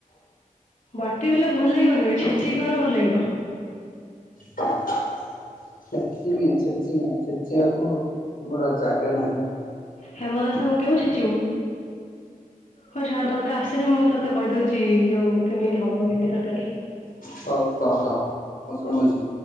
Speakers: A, on the left; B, on the left.
A: ବାଟି ବଲେ ଭଲ ଲାଗିବନି ଏ ଛେଚିକି କର ଭଲ ଲାଗିବ
B: ଛେଚିବି ଛେଚିବି ଛେଚିବାକୁ ତମର ଜାଗା ନାହିଁ
A: ହେମ ଦସା ପକେଇବୁ ଛେଚିବୁ ହଁ ଝାଡ ତୋତେ ଆସିନୁ ମୁଁ ତତେ ତ କହିଦେଉଛି ଯେଉଁ କେମିତି ହେବ ଭେଣ୍ଡି ତରକାରୀ
B: ହଉ କହ କହ ମୁଁ ଶୁଣୁଛି